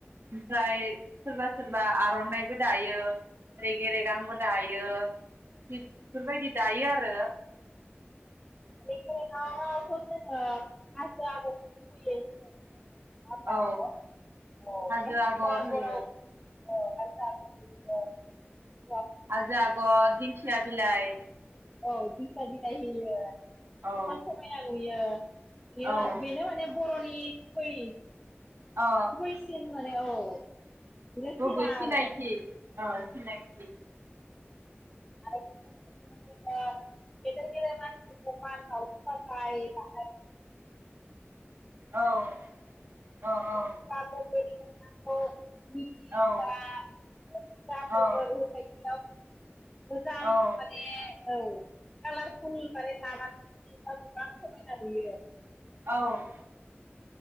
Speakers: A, on the right; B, on the left.
A: ओमफ्राय सोरबा सोरबा आर'नाइबो दायो। रेगे रेगांबो दायो बेफोर बायदि दायो आरो।
B: रेगे रेगां आवथ' जोङो हाजो आगर <unintelligible>
A: औ
B: <inaudible> अ
A: हाजो
B: बे
A: आगर होयो
B: हाजो आगराव अ <unintelligible>
A: हाजो आगर, दिंखिया बिलाइ
B: औ दिंखिया बिलाइ होयो। जोबोर
A: औ
B: समायना नुयो। यो।
A: औ
B: बेयो बेनो माने बर'नि नि गुबै
A: अ
B: गुबैसिन माने औ। बेनो सिना
A: गुबै सिनायथि।
B: आरो
A: आ सिनायथि।
B: आरो <unintelligible> गेदेर गेदेर मानासि <unintelligible>
A: औ
B: <unintelligible>
A: औ औ
B: अ मिथि
A: औ
B: बा <unintelligible>
A: औ
B: मोजां
A: औ
B: माने औ खालार फुल माने लानानै गोबां समायना नुयो।
A: औ